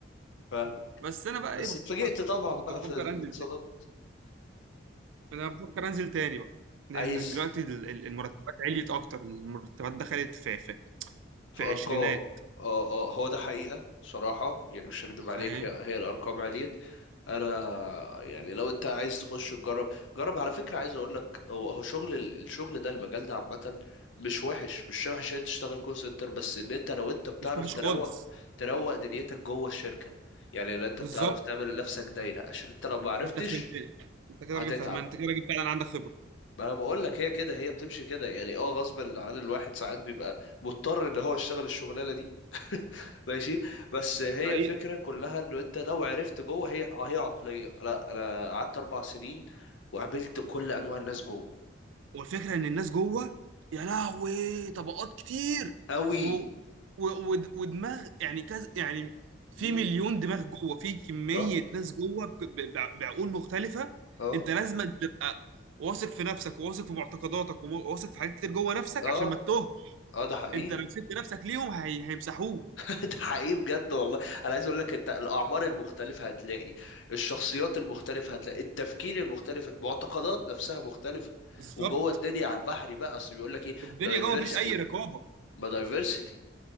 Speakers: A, on the left (about 75°); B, on the right (about 75°).
A: فاهمك
B: بس انا بقى ايه
A: بس
B: بفكر
A: اتفاجئت طبعا
B: كنت
A: بقى
B: بفكر
A: في الاتصالات
B: انزل تاني انا بفكر انزل تاني بقى لان
A: عايز
B: دلوقتي ال- ال- المرتبات عليت اكتر المرتبات دخلت في في في
A: في ارقام
B: عشرينات
A: اه اه هو ده حقيقة صراحة يعني مش هكدب
B: فاهم
A: عليك هي, هي الارقام عليت انا يعني لو انت عايز تخش تجرب جرب على فكرة عايز اقول لك هو هو شغل ال- الشغل ده المجال ده عامة مش وحش مش وحش ان انت تشتغل كول سنتر بس ان انت لو انت بتعرف
B: مش وحش
A: تروق
B: خالص
A: تروق دنيتك جوه الشركة يعني لو انت
B: بالظبط
A: بتعرف تعمل لنفسك دايرة عشان انت لو ما عرفتش
B: انت فهمتني انت كده
A: هتتعب
B: راجل فهمان انت كده راجل فعلا عندك خبره
A: ما انا بقول لك هي كده هي بتمشي كده يعني اه غصب عن الواحد ساعات بيبقى مضطر ان هو يشتغل الشغلانه دي <laughs> ماشي بس هي
B: حقيقي
A: الفكره كلها انه انت لو عرفت جوه هي هي عقليه لا انا قعدت اربع سنين وقابلت كل انواع الناس جوه
B: والفكره ان الناس جوه يا لهوي طبقات كتير
A: قوي
B: و... و... ود- ودماغ يعني كذا يعني في
A: امم
B: مليون دماغ جوه في كميه
A: اه
B: ناس جوه ب... ب... بع- بعقول مختلفه
A: اه
B: انت لازم تبقى واثق في نفسك وواثق في معتقداتك وواثق في حاجات كتير جوه نفسك
A: اه
B: عشان ما تتوه
A: اه ده حقيقي
B: انت لو سبت نفسك ليهم هي... هيمسحوك
A: <laughs> ده حقيقي بجد والله انا عايز اقول لك انت الاعمار المختلفه هتلاقي الشخصيات المختلفه هتلاقي التفكير المختلف المعتقدات نفسها مختلفه
B: بالظبط
A: وجوه الدنيا على البحر بقى اصل بيقول لك ايه
B: الدنيا
A: دايفرسيتي
B: جوه مفيش اي رقابه
A: ما دايفرسيتي